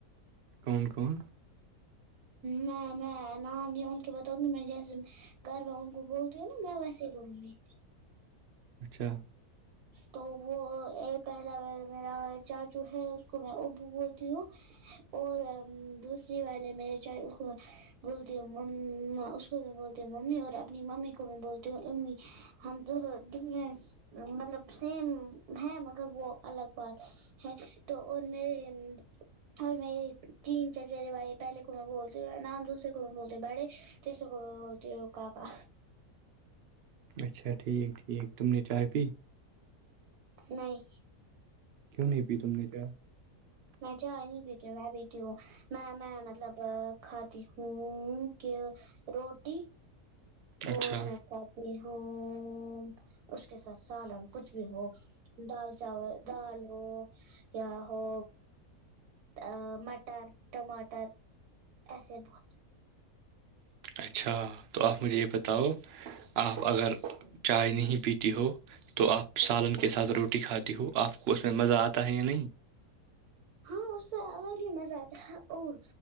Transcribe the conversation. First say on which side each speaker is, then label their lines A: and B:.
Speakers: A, on the right; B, on the right.
A: کون کون
B: میں میں نام لیا ان کے بتاؤں گی میں جیسے گھر میں ان کو بولتی ہوں نا میں ویسے ہی بولوں گی
A: اچھا
B: تو وہ پہلا میرا چا جو ہے اس کو میں ابو بولتی ہوں اور دوسری وال ہے مے چ کو بولتی ہ م اس کو میں بولتی ہوں ممی اور اپنی ممی کو میں بولتی ہوں امی ہم ڈفنس مطلب سیم ہے مگر وہ الگ بات ہے تو اور م اور میں تین چچہرے بھائی پہلے کو میں بولتے ہو نام دوسر کو میں بولتے بڑے تیسروں کو میں بولتے ہو کا کا
A: اچھا ٹھیک ٹھیک تم نے چائےائے پ
B: نہیں
A: کیوں نہیں پی تم نے کیا
B: میں ج نہیں بیتی ہ میں بیتی ہوں میں میں مطلب کھاتی ہوں کہ روٹی اور
A: اچھا
B: میں کہاہتی ہوں اس کے ساتھ سالن کچھ بھی ہو دال چاول دال ہو یا ہو ا مٹر ٹماٹر ایسے بہت سےارے
A: اچھا تو آپ مجھے یہ بتاؤ آپ اگر چائے نہیں پیتی ہو تو آپ سالن کے ساتھ روٹی کھاتی ہو آپ کو اس میں مزہ آتا ہے یا نہیں
B: ہاں اس سے الگ ہی مزہ آتا ہے اور